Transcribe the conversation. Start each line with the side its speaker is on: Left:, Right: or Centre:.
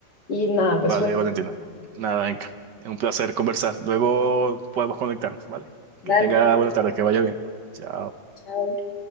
Left: y nada,
Right: Vale,
Left: pues fue,
Right: Valentina. Nada, Inca. Es un placer conversar. Luego podemos conectarnos, ¿vale?
Left: dale,
Right: Que tenga buena tarde, que vaya bien. Chao.
Left: chao.